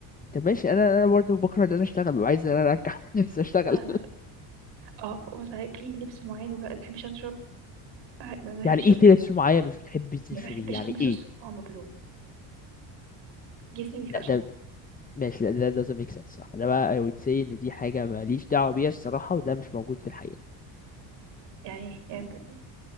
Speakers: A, on the left; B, on the right.
A: طب ماشي انا انا برضه بكره ان انا اشتغل وعايز ان انا ارجع <laughs> نفسي اشتغل
B: لا لا لا اه وصحيح في لبس معين ما بحبش أنشره آه، ما بحبش
A: يعني ايه
B: ألبس
A: في لبس معين مش بتحبي تنشريه
B: ما بحبش
A: يعني
B: ألبسه
A: ايه
B: الصبح وهو مبلول جسمي بيقشعر
A: لا ده ماشي لا ده doesn't make sense صح ده بقى I would say ان دي حاجة ماليش دعوة بيها الصراحة وده مش موجود في الحقيقة
B: يعني يعني أنت